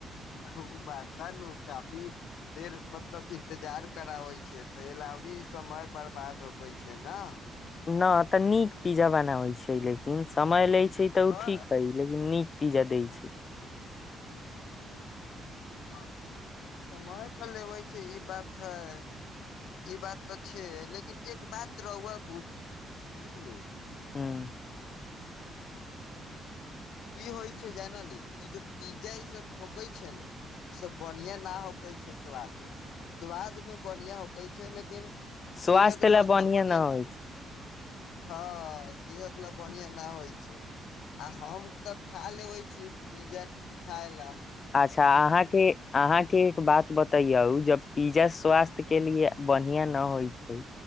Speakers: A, on the left; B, on the left.
A: ओ मारद ने काफी देर मतलब इन्तजार कराबै छै तऽ एलाउरी समय बर्बाद होकै छै ने
B: न तऽ नीक पिज्जा बनाबै छैै लेकिन समय लै छै तऽ
A: हँ
B: ओ ठीक हइ लेकिन नीक पिज्जा देय छै
A: आ समय तऽ लेबै छै ई बात है ई बात तऽ छै लेकिन एक बात रौआ बुझ समझली
B: हँ
A: की होइ छै जानली ई जो पिज्जा ई सब होकेय छै नू ईसभ बढ़िआ न होकैय छै स्वाद ला स्वाद मे बढ़िआ होक छै लेकिन
B: स्वास्थ्य
A: सेहत लऽ
B: ला
A: उतना बढ़िया
B: न
A: ना
B: होइ छै
A: हँ सेहद लऽ बढ़िआ ना होइ छै आ हम तऽ खा लेबे छी पिज्जा खाय लऽ
B: अच्छा अहाँके अहाँ के एक बात बतैयौ जब पिज्जा स्वास्थ्य के लिए बढ़िया न होइ छै